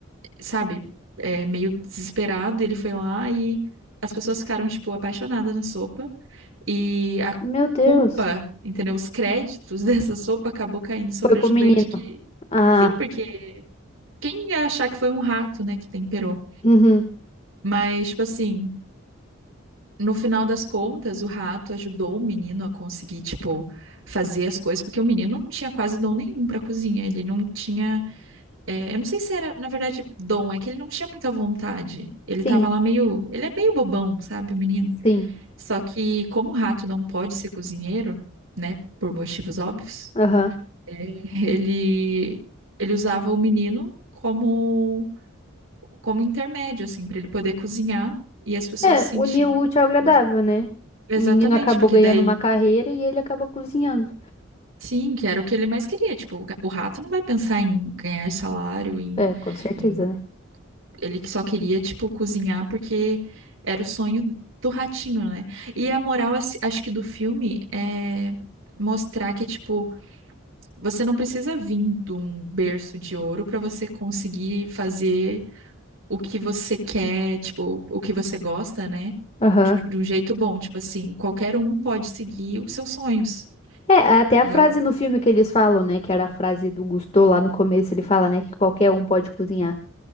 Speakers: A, on the right; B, on the left.
A: sabe, é, meio desesperado. Ele foi lá e as pessoas ficaram, tipo, apaixonadas na sopa. E a
B: Meu Deus.
A: culpa, entendeu? Os créditos <laughs> dessa sopa acabou caindo sobre
B: Foi
A: o
B: pro
A: ajudante
B: menino.
A: que.
B: Ah.
A: Sim, porque quem ia achar que foi um rato, né, que temperou?
B: Uhum.
A: Mas, tipo assim, no final das contas, o rato ajudou o menino a conseguir, tipo, fazer as coisas, porque o menino não tinha quase dom nenhum pra cozinha. Ele não tinha. é, eu não sei se era, na verdade, dom, é que ele não tinha muita vontade. Ele
B: Sim.
A: tava lá meio. Ele é meio bobão, sabe, o menino.
B: Sim,
A: Só que, como o rato não pode ser cozinheiro, né, por motivos óbvios.
B: aham.
A: É, Ele, ele usava o menino como, como intermédio, assim, para ele poder cozinhar e as pessoas
B: É,
A: sentirem.
B: uniu o útil ao agradável,
A: os-
B: né?
A: Exatamente,
B: O menino acabou
A: porque
B: ganhando
A: daí,
B: uma carreira e ele acabou cozinhando.
A: sim, que era o que ele mais queria. Tipo, o ga- o rato não vai pensar em ganhar salário, em,
B: É, com certeza,
A: em...
B: né?
A: Ele que só queria, tipo, cozinhar porque era o sonho do ratinho, né? E a moral, assim, acho que do filme é mostrar que, tipo, você não precisa vir de um berço de ouro para você conseguir fazer o que você quer, tipo, o que você gosta, né?
B: Aham.
A: De, de um jeito bom, tipo assim, qualquer um pode seguir os seus sonhos.
B: É, até a
A: E
B: frase
A: é o-
B: no filme que eles falam, né? Que era a frase do Gusteau lá no começo, ele fala, né? Que qualquer um pode cozinhar.